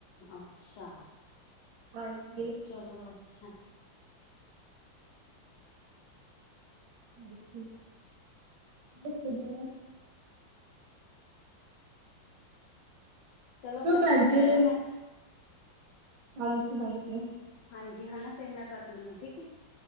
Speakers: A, on the left; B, on the right.
A: ਅੱਛਾ,
B: ਹਾਂਜੀ
A: ਚਲੋ ਅੱਛਾ।
B: ਹੋਰ ਕੀ, ਬਸ ਵਧੀਆ।
A: ਚਲੋ, ਚੰਗਾ
B: ਭੈਣ
A: ਫ਼ੇਰ
B: ਜੀ
A: ਹਨਾ ਮੈਂ
B: ਹਾਂਜੀ-ਹਾਂਜੀ।
A: ਹਾਂਜੀ, ਹਨਾਂ ਫੇਰ ਮੈਂ ਕਰਨੀ ਆਂ, ਠੀਕ ਏ।